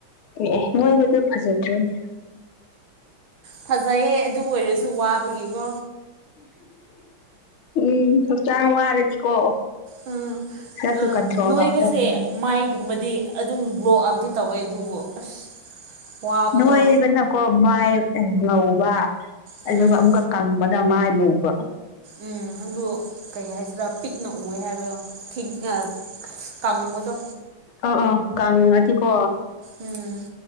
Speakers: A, on the left; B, on the right.
A: ꯑꯦ ꯑꯦ ꯅꯣꯏꯕꯗꯨ ꯐꯖꯗ꯭ꯔꯣꯅꯦ
B: ꯐꯖꯩꯌꯦ ꯑꯗꯨ ꯑꯣꯏꯔꯁꯨ ꯋꯥꯕꯒꯤꯀꯣ
A: ꯎꯝ ꯍꯛꯆꯥꯡ ꯋꯥꯔꯗꯤꯀꯣ
B: ꯑꯥ
A: ꯈꯔꯁꯨ
B: ꯑ
A: ꯀꯟꯇ꯭ꯔꯣꯜ
B: ꯅꯣꯏꯕꯁꯦ
A: ꯇꯧꯒꯗꯕꯅꯤ
B: ꯃꯥꯏꯒꯨꯝꯕꯗꯤ ꯑꯗꯨꯝ ꯒ꯭ꯔꯣ ꯑꯞꯇꯤ ꯇꯧꯋꯦ ꯑꯗꯨꯕꯨ ꯑꯁ ꯋꯥꯕꯗꯣ
A: ꯅꯣꯏꯕꯅꯀꯣ ꯃꯥꯏ ꯉꯧꯕ
B: ꯎꯝ
A: ꯑꯗꯨꯒ ꯑꯃꯨꯛꯀ ꯀꯪꯕꯅ ꯃꯥꯏ ꯃꯧꯕ
B: ꯎꯝ ꯑꯗꯨ ꯀꯩ ꯍꯥꯏꯁꯤꯔ ꯄꯤꯛꯅ ꯎꯏꯌꯦ ꯍꯥꯏꯕꯗꯣ ꯊꯤꯟ ꯑ ꯀꯪꯕꯗꯣ
A: ꯑ ꯑꯥ ꯀꯡꯉꯗꯤꯀꯣ
B: ꯎꯝ